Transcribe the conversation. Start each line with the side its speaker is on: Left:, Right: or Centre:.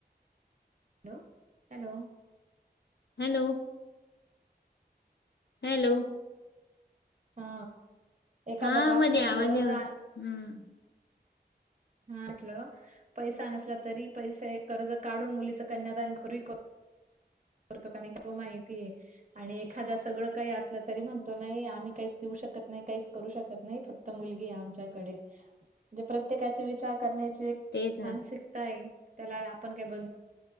Right: हॅलो हॅलो
Left: हॅलो हॅलो
Right: हा एखादा
Left: हा
Right: बाप
Left: मध्ये
Right: म्हटल
Left: आवाज येऊ
Right: जा
Left: हम्म
Right: हा म्हटलं पैसा नसला तरी पैसे कर्ज काढून मुलीच कन्यादान घर करतो कारण की तो माहितीय आहे. आणि एखाद सगळं काही असलं तरी म्हणतो नाही आम्ही काहीच देऊ शकत नाही काहीच करू शकत नाही. फक्त मुलगी आमच्याकडे म्हणे प्रत्येकाचे विचार करण्याची
Left: तेच ना
Right: मानसिकताय त्याला आपण काय ब